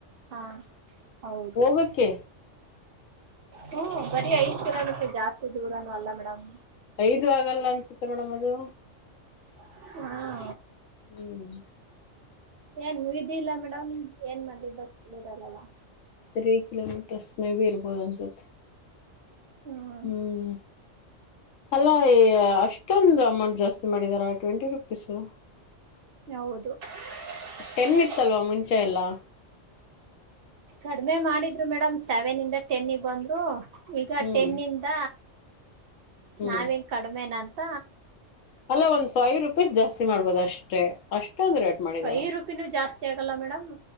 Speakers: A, on the right; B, on the left.
A: ಹಾ ಹೌದು
B: ಹೋಗಕ್ಕೆ
A: ಹ್ಮ್ ಬರಿ ಐದ್ ಕಿಲೋ ಮೀಟರ್ ಜಾಸ್ತಿ ದೂರನು ಅಲ್ಲ ಮೇಡಮ್.
B: ಐದು ಆಗಲ್ಲ ಅನ್ಸುತ್ತೆ ಮೇಡಮ್ ಅದು.
A: ಹ್ಮ <unintelligible>
B: ಹ್ಮ್
A: ಏನ್ ವಿಧಿ ಇಲ್ಲ ಮೇಡಮ್ ಏನ್ ಮಾಡ್ಲಿ ಬಸ್ ಇರಲ್ಲಲ್ಲ.
B: ತ್ರೀ ಕಿಲೋಮೀಟರ್ಸ್ ಮೈ ಬಿ ಇರ್ಬೋದ್ ಅನ್ಸುತ್ತೆ.
A: ಹ್ಮ
B: ಹ್ಮ್ ಅಲ್ಲ ಅಷ್ಟೊಂದು ಅಮೌಂಟ್ ಜಾಸ್ತಿ ಮಾಡಿದಾರ ಟ್ವೆಂಟಿ ರುಪೀಸು
A: ಹೌದು <unintelligible>
B: ಟೆನ್ ಇತ್ತಲ್ವಾ ಮುಂಚೆ ಎಲ್ಲ
A: ಕಡಿಮೆ ಮಾಡಿದ್ರು ಮೇಡಮ್ ಸೆವೆನ್ ಇಂದ ಟೆನ್ನಿಗ್ ಬಂದು ಈಗ
B: ಹ್ಮ್
A: ಟೆನ್ ಇಂದ
B: ಹ್ಮ್
A: ನಾವೇನ್ ಕಡಿಮೆನಂತ
B: ಅಲ್ಲ ಒಂದ್ ಫೈವ್ ರುಪೀಸ್ ಜಾಸ್ತಿ ಮಾಡ್ಬೋದು ಅಷ್ಟೇ ಅಷ್ಟೊಂದ ರೇಟ್ ಮಾಡಿದಾರ
A: ಫೈವ್ ರುಪಿನೂ ಜಾಸ್ತಿ ಆಗಲ್ಲ ಮೇಡಮ್.